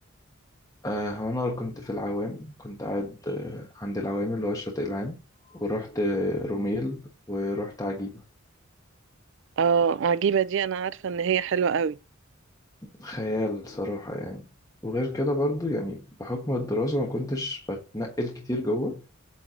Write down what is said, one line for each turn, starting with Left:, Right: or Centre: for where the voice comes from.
Left: آه، هو أنا كنت في العوام كنت قاعد آه، عند العوام اللي هو الشاطئ العام ورحت آه، روميل ورحت عجيبة
Right: اه عجيبة دي انا عارفة ان هي حلوة قوي
Left: خيال صراحة يعني وغير كده برضو يعني بحكم الدراسة ما كنتش بتنقل كتير جوه